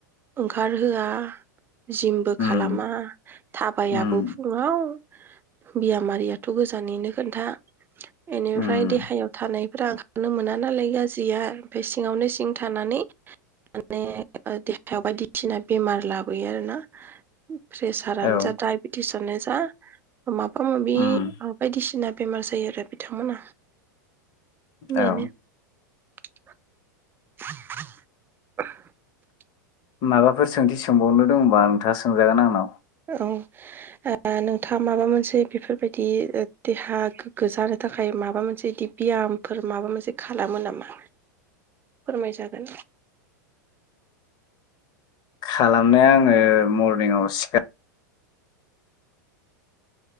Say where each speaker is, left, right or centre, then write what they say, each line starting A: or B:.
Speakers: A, on the right; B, on the left.
A: ओंखारहोआ जिमबो
B: उम
A: खालामा थाबायाबो
B: उम
A: फुङाव बियाम आरियाथ गोजान जाननिनो खोन्था बेनिफ्राय
B: उम
A: देहायाव थानायफोरा ओंखारनो मोना नालाय गाज्रिया ओमफ्राय सिङावनो सिं थानानै माने देहायाव बायदिसिना बेमार लाबोयो आरो ना प्रेसारानो
B: औ
A: जा दडाइबेटिसानो जा माबा माबि
B: उम
A: सिना बेमार जायो आरो बिथांमोना बेनो
B: औ
A: <inaudible> <inaudible>
B: माबाफोर सोंथि सों सोंबावनो दंबा नोंथाङा सोंजागोन आंनाव
A: औ ओ नोंथाङा माबा मोनसे बेफोरबायदि देहा गोग्गो जानो थाखाय माबा मोनसे बिदि बियामफोर माबा मोनसे खालामो नामा फोरमाय जागोन
B: खालामनाया आङो मरनिंआव सिखार